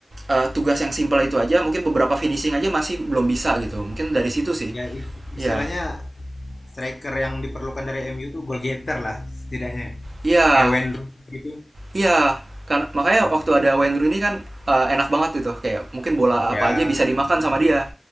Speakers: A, on the right; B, on the left.
A: eh, tugas yang simple itu aja mungkin beberapa finishing aja masih belum bisa
B: iya,
A: gitu mungkin dari situ sih
B: ya is
A: ya
B: istilahnya striker yang diperlukan dari MU tuh goal getter lah setidaknya,
A: ya
B: kayak Wayne Rooney gitu,
A: ya karena makanya
B: mhm,
A: waktu ada Wayne Rooney kan eh, enak banget gitu kayak mungkin bola apa
B: ya
A: aja bisa dimakan
B: benar
A: sama
B: Mas,
A: dia